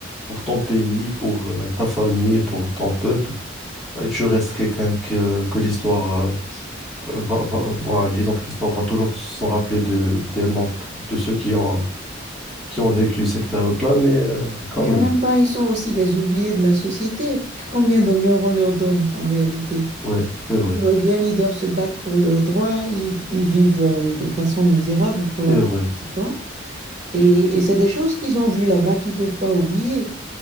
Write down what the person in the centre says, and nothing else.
pour ton pays, pour euh, ta famille, pour ton peuple, et tu restes quelqu'un que, que l'histoire euh, va, va, va- disons que l'histoire va toujours s'en rappeler de, des noms de ceux qui ont, qui ont vécu cette période-là, mais euh, quand
même.
Oui, c'est vrai,
c'est
vrai.